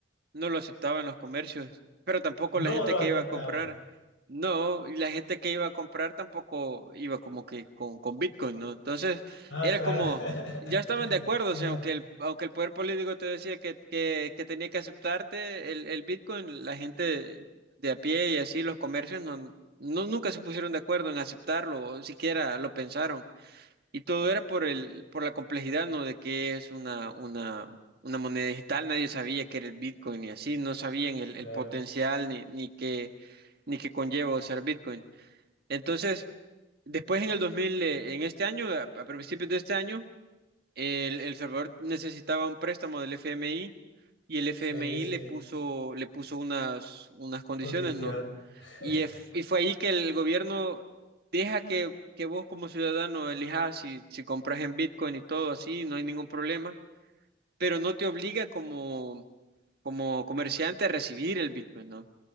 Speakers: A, on the right; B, on the left.
A: no lo aceptaba en los comercios, pero tampoco la
B: No
A: gente
B: lo
A: que
B: aceptaba.
A: iba a comprar. No, y la gente que iba a comprar tampoco iba como que con, con Bitcoin, ¿no? Entonces,
B: Ah,
A: era
B: claro.
A: como,
B: <laughs>
A: ya estaban de acuerdo,
B: Ya,
A: o sea, aunque el, aunque el poder político te decía que, que, que tenía que aceptarte el, el Bitcoin, la gente de a pie y así, los comercios, no, no, nunca se pusieron de acuerdo en aceptarlo, o siquiera lo pensaron. Y todo era por el, por la complejidad, ¿no? De qué es una, una, una moneda digital. Nadie sabía qué era el Bitcoin y así. No sabían el,
B: claro.
A: el potencial ni, ni qué, ni qué conlleva usar Bitcoin. Entonces, después en el 2000, eh, en este año, a, a principios de este año, el, El Salvador necesitaba un préstamo del FMI y el FMI
B: Sí, sí.
A: le puso, le puso unas, unas condiciones,
B: Condición.
A: ¿no?
B: <laughs>
A: Y, es- y fue ahí que el gobierno deja que, que vos como ciudadano elijas si, si compras en Bitcoin y todo así, no hay ningún problema, pero no te obliga como, como comerciante a recibir el Bitcoin, ¿no?